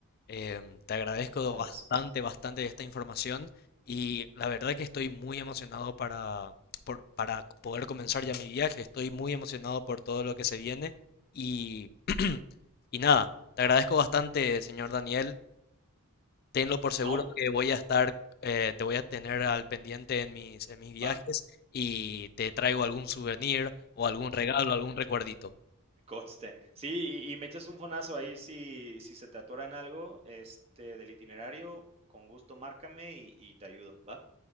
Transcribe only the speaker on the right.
¿Cómo
ves?
No,
va,
<laughs> conste. Sí, y, y me echas un fonazo ahí si, si se te atora en algo, este, del itinerario, con gusto márcame y, y te ayudo, ¿va?